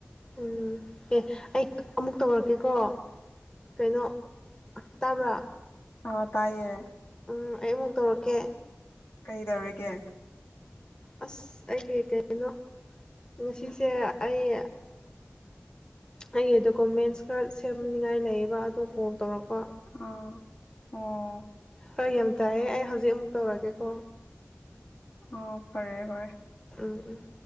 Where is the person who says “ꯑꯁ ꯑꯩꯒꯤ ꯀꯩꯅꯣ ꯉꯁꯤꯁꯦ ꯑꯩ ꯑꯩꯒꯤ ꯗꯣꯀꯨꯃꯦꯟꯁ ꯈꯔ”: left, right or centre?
Left